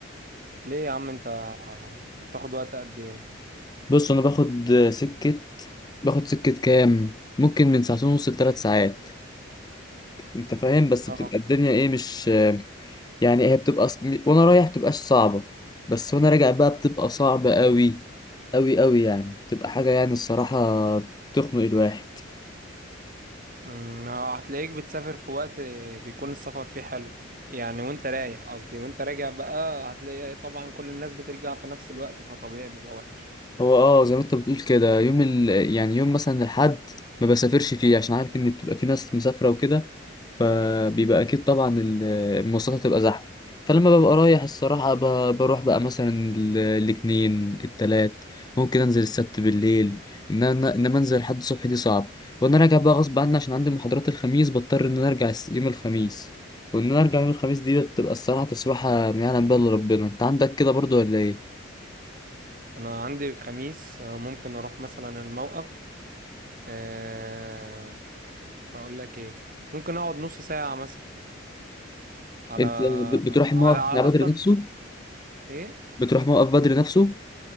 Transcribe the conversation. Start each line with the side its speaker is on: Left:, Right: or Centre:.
Right: ليه يا عم انت انت بتاخد وقت قد ايه
Left: بص انا باخد سكة باخد سكة كام؟ ممكن من ساعتين ونص لثلاث ساعات انت فاهم بس
Right: اه
Left: بتبقى الدنيا ايه مش يعني هي بتبقى ص- وانا رايح بتبقاش صعبة بس وانا راجع بقى بتبقى صعبة قوي قوي قوي يعني بتبقى حاجة يعني الصراحة تخنق الواحد
Right: أمم، هتلاقيك بتسافر في وقت بيكون السفر فيه حلو يعني وانت رايح قصدي وانت راجع بقى هتلاقي طبعا كل الناس بترجع في نفس الوقت فطبيعي بيبقى وحش
Left: هو اه زي ما انت بتقول كده يوم ال... يعني يوم مثلا الحد ما بسافرش فيه عشان عارف ان بتبقى في ناس مسافره وكده فبيبقى اكيد طبعا ال- المواصلات هتبقى زحمه فلما ببقى رايح الصراحه ب... بروح بقى مثلا ال... الاثنين التلات ممكن انزل السبت بالليل ان انا انما انزل لحد الصبح دي صعب وانا راجع بقى غصب عني عشان عندي محاضرات الخميس بضطر ان انا ارجع الس- يوم الخميس وان انا ارجع يوم الخميس دي بتبقى الصراحه تسويحه ما يعلم بها الا ربنا انت عندك كده برضو ولا ايه
Right: انا عندي الخميس آه، ممكن اروح مثلا الموقف آه، اقول لك ايه ممكن اقعد نص ساعة مثلا على
Left: انت ب- بتروح الموقف
Right: على على
Left: بتاع بدر
Right: اصلا
Left: نفسه
Right: ايه
Left: بتروح موقف بدر نفسه